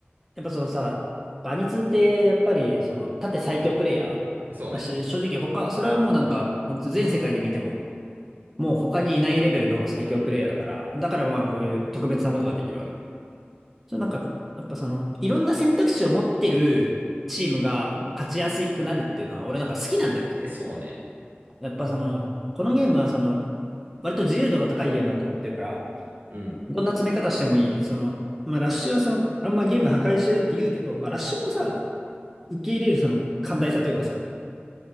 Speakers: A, in the centre; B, on the right.
A: やっぱそのさ、バニツンってやっぱり、その、縦最強プレイヤーだし、
B: そうね。
A: 正直他、それはもうなんか、もう全世界で見ても、もう他にいないレベルの最強プレイヤーだから、
B: うん。
A: だからまあこういう特別なことができるわけで。そうなんか、やっぱその、いろんな選択肢を持ってるチームが勝ちやすくなるっていうのは俺なんか好きなんだよね。
B: え、そうね。
A: やっぱその、このゲームはその、割と自由度の高いゲームだと思ってるから、
B: うん。
A: どんな詰め方してもいい。その、まあラッシュはその、あんまゲーム破壊してるって言うけど、まあラッシュもさ、受け入れるその寛大さというかさ、